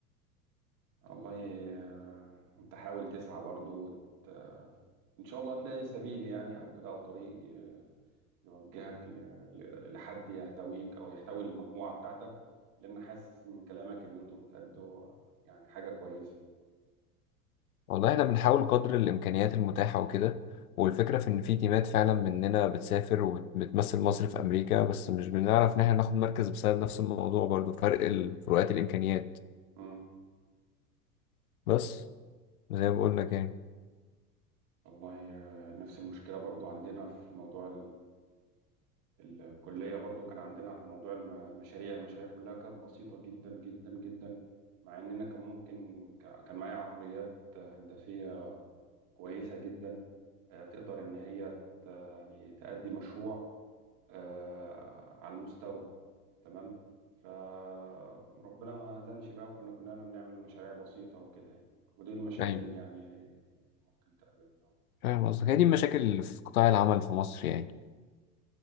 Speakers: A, on the right; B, on the left.
A: والله آه، انت حاول تسعى برضو وت... آه، ان شاء الله تلاقي سبيل يعني او كده او طريق ي- يوجهك ل... ل- لحد يحتويك او يحتوي المجموعه بتاعتك لان حاسس من كلامك ان انتوا بتأدوا يعني حاجه كويسه
B: والله احنا بنحاول قدر الامكانيات المتاحة وكده والفكرة في ان في تيمات فعلا مننا بتسافر وبتمثل مصر في امريكا بس مش بنعرف ان احنا ناخد مركز بسبب نفس الموضوع برضو فرق ال- فروقات الامكانيات
A: مم.
B: بس زي ما بقول لك
A: والله آه، نفس المشكلة برضو عندنا في موضوع الكلية برضو كان عندنا موضوع الم- المشاريع المشاريع كلها كانت بسيطة جدا جدا جدا مع إننا كان ممكن ك- كان معايا عقليات هندسية كويسة جدا آه، تقدر إن هي ت- يعني تأدي مشروع آه، على المستوى تمام فربنا ما أذنش بقى وكنا كنا بنعمل مشاريع بسيطة وكده يعني ودي المشاكل
B: يعني
A: يعني ممكن تقابلنا
B: فاهم قصدك هي دي المشاكل اللي في قطاع العمل في مصر يعني